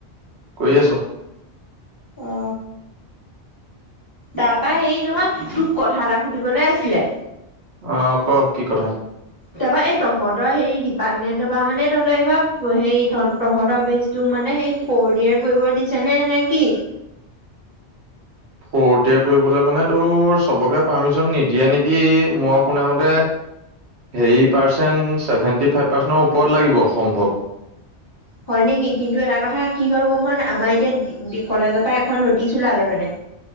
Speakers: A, on the right (about 75°); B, on the left (about 25°).
A: কৰি আছোঁ
B: অ তাৰ পৰা সেই নহয় তোক কথা এটা সুধিবলৈ আছিলে।
A: অ ক কি কথা
B: তাৰপৰা এই তহঁতৰ হেৰি ডিপাৰ্টমেন্টৰ পৰা মানে তহঁতৰ এইবাৰ হে তহঁতৰ বেজটো মানে সেই ফৰ ইয়েৰ কৰিব দিছে নে নে কি?
A: ফৰটে কৰিবলৈ মান তো চবকে পাৰ্মিছন নিদিয়ে নেকি মই শুনা মতে হেৰি পাৰ্চেণ্ট ছেভেন্টি ফাইভ পাৰ্চেণ্টৰ ওপৰত লাগিব সম্ভৱ।
B: হয় নেকি কিন্তু এটা কথা কি হ'ল গম পাও নাই, আমাৰ এতিয়া কলেজৰ পৰা এখন নটিচ ওলালে মানে।